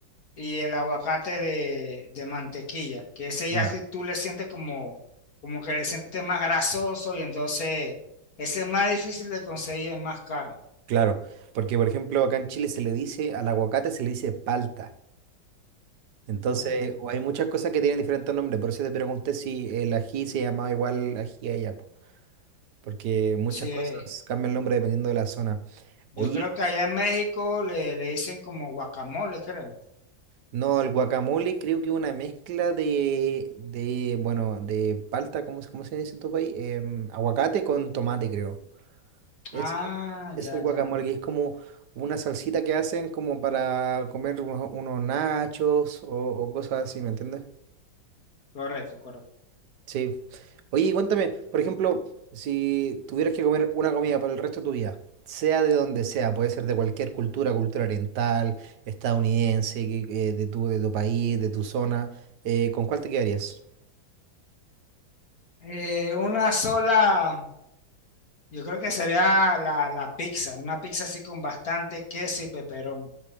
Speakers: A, on the left (about 50°); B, on the right (about 60°).
A: y el aguacate de, de mantequilla, que ese ya
B: Ya.
A: si tú le sientes como, como que le sientes más grasoso y entonces ese es más difícil de conseguir, es más caro.
B: Claro, porque por ejemplo acá en Chile se le dice, al aguacate se le dice palta. Entonces,
A: Oh.
B: o hay muchas cosas que tienen diferentes nombres, por eso te pregunté si el ají se llamaba igual ají allá, po, porque muchas
A: Sí,
B: cosas
A: eh,
B: cambian el nombre dependiendo de la zona.
A: yo
B: Oye,
A: creo que allá en México le, le dicen como guacamole, creo.
B: no, el guacamole creo que es una mezcla de, de, bueno, de palta, ¿cómo, se- cómo se dice en tu país? Em, aguacate con tomate, creo. Es,
A: Ah,
B: es
A: ya,
B: el guacamole,
A: ya,
B: que es como una salsita que hacen como para comer unos, unos nachos o, o cosas así, ¿me entiendes?
A: correcto, correcto.
B: Sí. Oye, y cuéntame, por ejemplo, si tuvieras que comer una comida por el resto de tu vida, sea de donde sea, puede ser de cualquier cultura, cultura oriental, estadounidense, que- eh, de tu, de tu país, de tu zona, eh, ¿con cuál te quedarías?
A: Eh, una sola, yo creo que sería la, la pizza, una pizza así con bastante queso y peperón.